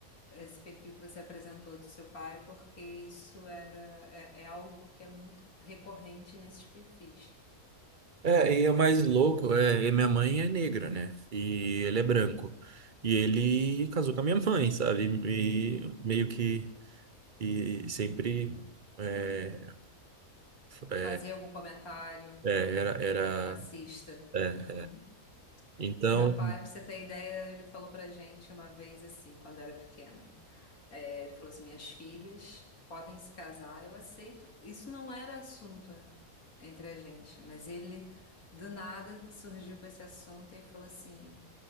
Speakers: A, on the left (about 85°); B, on the right (about 40°).
A: esse perfil que você apresentou do seu pai, porque isso era é, é algo que é muito recorrente nesses perfis.
B: É, e é o mais louco, é, e minha mãe é negra, né? E ele é branco. E ele casou com a minha <laughs> mãe, sabe? E meio que e sempre é, é,
A: Fazia algum comentário
B: é, era, era
A: racista.
B: é.
A: Uhum.
B: Então,
A: Meu pai, você tem ideia, ele falou pra gente uma vez assim, quando eu era pequena. É, ele falou assim: minhas filhas podem se casar, eu aceito. Isso não era assunto entre a gente, mas ele do nada surgiu com esse assunto e falou assim.